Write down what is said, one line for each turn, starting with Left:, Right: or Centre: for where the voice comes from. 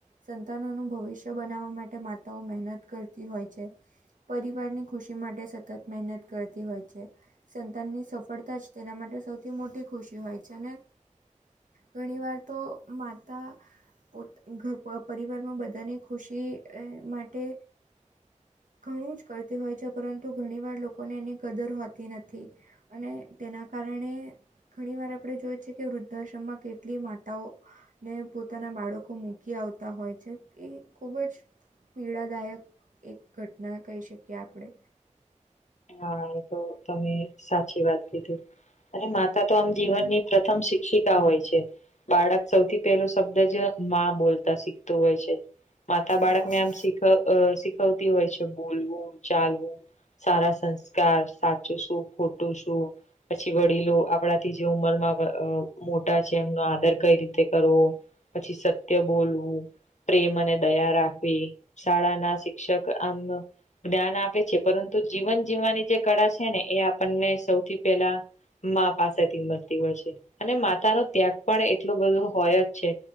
Right: સંતાનોનું ભવિષ્ય બનાવવા માટે માતાઓ મહેનત કરતી હોય છે. પરિવારની ખુશી માટે સતત મહેનત કરતી હોય છે. સંતાનની સફળતા જ તેના માટે સૌથી મોટી ખુશી હોય છે અને ઘણી વાર તો માતા પો પરિવારમાં બધાની ખુશી માટે ઘણું જ કરતી હોય છે પરંતુ ઘણી વાર લોકોને એની કદર હોતી નથી. અને તેના કારણે ઘણીવાર આપણે જોઈએ છીએ કે વૃદ્ધાશ્રમમાં કેટલી માતાઓ ને પોતાના બાળકો મૂકી આવતા હોય છે એ ખૂબ જ પીડાદાયક એક ઘટના કહી શકીએ આપણે.
Left: હા એ તો તમે સાચી વાત કીધી. અને માતા તો આમ જીવનની પ્રથમ શિક્ષિકા હોય છે. બાળક સૌથી પેલો શબ્દ જ માં બોલતા શીખતું હોય છે. માતા બાળકને
Right: હા
Left: આમ શીખ શીખવતી હોય છે બોલવું, ચાલવું, સારા સંસ્કાર સાચું શું? ખોટું શું? પછી વડીલો આપણાથી જે ઉંમરમાં મોટા છે એમનો આદર કઈ રીતે કરવો પછી સત્ય બોલવું. પ્રેમ અને દયા રાખવી શાળાના શિક્ષક આમ જ્ઞાન આપે છે. પરંતુ જીવન જીવવાની જે કળા છે ને એ આપણને સૌથી પેલા મા પાસેથી મળતી હોય છે. અને માતાનો ત્યાગ પણ એટલું બધું હોય જ છે.